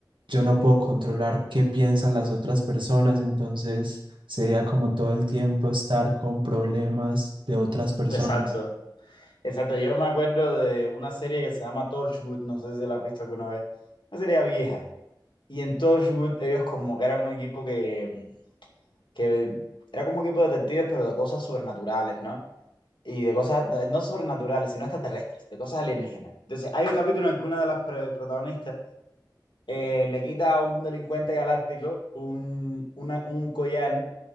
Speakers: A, on the right (about 90°); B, on the left (about 80°).
A: yo no puedo controlar qué piensan las otras personas, entonces sería como todo el tiempo estar con problemas de otras personas.
B: Exacto, exacto. Yo me acuerdo de una serie que se llama Torchwood, no sé si la has visto alguna vez, una serie vieja. Y en Torchwood ellos como que eran un equipo que, que era como un equipo de detectives, pero de cosas sobrenaturales, ¿no? Y de cosas, no sobrenaturales, sino extraterrestres, de cosas alienígenas. Entonces, hay un capítulo en el que una de las pre- protagonistas eh, le quita a un delincuente galáctico un, una- un collar